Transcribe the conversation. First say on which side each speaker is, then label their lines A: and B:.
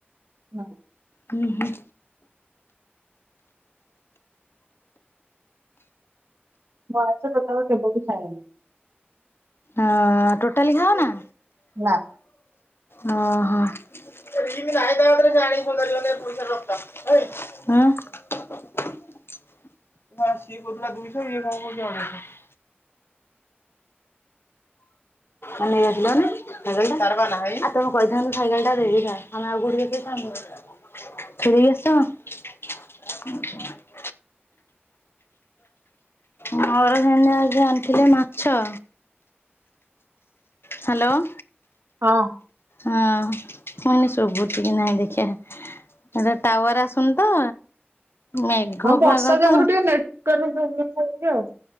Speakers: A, on the right; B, on the left.
A: ନାଁଇ।
B: ହୁଁ ହୁଁ।
A: ମୁଁ ଆଇଁଷ ଟୋଟାଲି କେବେବି ଖାଏନି।
B: ଅଁ ଟୋଟାଲି ଖାଅନା?
A: ନାଁ।
B: ହଁ ହଁ। ଉଁ? ହଁ ସିଏ କୋଉଥିଲା ଦୁଇଶହ ଇଏ କଣ କୋଉଚି ଅଢ଼େଇ ଶହ।
A: <inaudible>
B: ଆ ନେଇ ଆସିଲନି। ସାଇକଲ୍ ଟା ତାରପା ନାହିଁ ଆ ତମେ କହିଥାନ୍ତ ସାଇକେଲ ଟା ଦେଇଦେଥାନ୍ତେ ଆମେ ଆଉ କୋଉଠିକି ଦେଖେଇଥାନ୍ତୁ। ଥୋଇ ଆସ। <unintelligible> ମର ସେମିତି ଆଜି ଆଣିଥିଲେ ମାଛ ହ୍ୟାଲୋ।
A: ହଁ।
B: ହଁ ଫୁନି ଶୁଭୁଚି କି ନାହିଁ ଦେଖିବା? ଏଥିରେ ଟାୱାର ଆସୁନି ତ। ମେଘ
A: ହଁ ବର୍ଷା
B: ପାଗ
A: ଯାଗୁରୁ
B: ତ
A: ଟିକେ ନେଟୱର୍କ ପ୍ରୋବଲେମ୍ ହଉଚି ଆଉ।